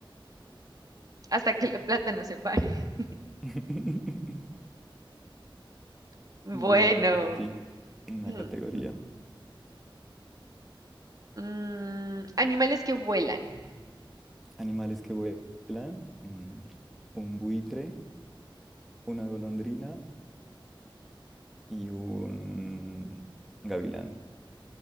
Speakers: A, on the right; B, in the centre.
A: hasta que la plata no se pare.
B: <laughs>
A: <laughs> Bueno.
B: Bueno, ahora toca a ti. Una
A: <clears throat>
B: categoría.
A: Mm, animales que vuelan.
B: Animales que vuelan. mm, un buitre, una golondrina y un gavilán.